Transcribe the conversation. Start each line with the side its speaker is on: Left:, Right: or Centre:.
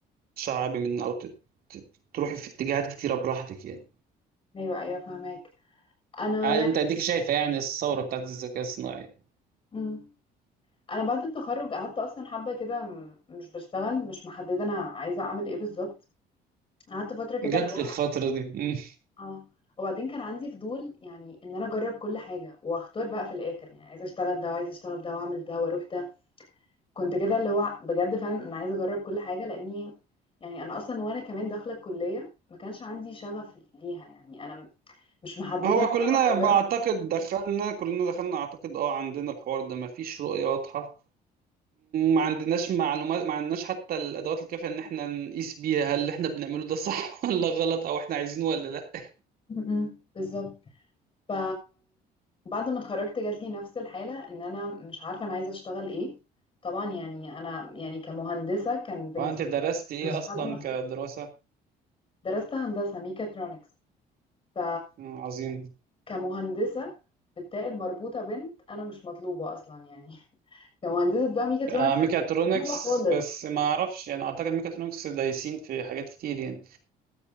Right: تشعبي من او تت- تت- تروحي في اتجاهات كتيره براحتك يعني
Left: ايوه ايوه فهماك انا
Right: عاد
Left: يعني
Right: انت اديك شايفه يعني الثوره بتاعت الذكاء الصناعي
Left: مم. انا بعد التخرج قعدت اصلا حبه كده م- مش بشتغل مش محدده انا عايزه اعمل ايه بالظبط قعدت فتره كده
Right: جت
Left: اللي هو
Right: للفتره دي <laughs> مم.
Left: اه وبعدين كان عندي فضول يعني ان انا اجرب كل حاجه واختار بقى في الاخر يعني عايزه اشتغل ده وعايزه اشتغل ده واعمل ده واروح ده كنت كده اللي هو بجد فعلا انا عايزه اجرب كل حاجه لاني يعني انا اصلا وانا كمان داخله الكليه ما كانش عندي شغف ليها يعني انا م- مش محدده
Right: هو
Left: من
Right: كلنا
Left: وأنا صغيره
Right: بعتقد دخلنا كلنا دخلنا اعتقد اه عندنا الحوار ده مفيش رؤية واضحة ما عندناش معلومات ما عندناش حتى الادوات الكافية ان احنا نقيس بيها هل اللي احنا بنعمله ده صح <laughs> ولا غلط او احنا عايزينه ولا لا
Left: م- م، بالظبط ف بعد ما اتخرجت جات لي نفس الحاله ان انا مش عارفه انا عايزه اشتغل ايه طبعا يعني انا يعني كمهندسه كان بالنسبه
Right: وانت
Left: لي
Right: درست ايه
Left: مش
Right: اصلا
Left: حد مفهوم.
Right: كدراسه
Left: درست هندسه ميكاترونكس ف
Right: مم، عظيم
Left: كمهندسه بالتاء المربوطه بنت انا مش مطلوبه اصلا يعني كمهندسة بقى ميكاترونكس
Right: آه ميكاترونكس
Left: أنا مش فاهمة خالص
Right: بس ما اعرفش يعني اعتقد ميكاترونكس دايسين في حاجات كتير يعني